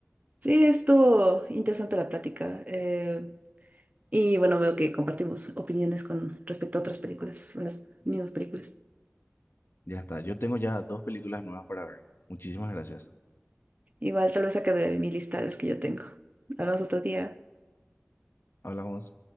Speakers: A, on the right; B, on the left.
A: Sí, esto interesante la plática. eh, y bueno, veo que compartimos opiniones con respecto a otras películas, unas mismas películas.
B: Ya está, yo tengo ya dos películas nuevas para ver. Muchísimas gracias.
A: Igual tal vez saque de mi lista las que yo tengo. Hablamos otro día.
B: Hablamos.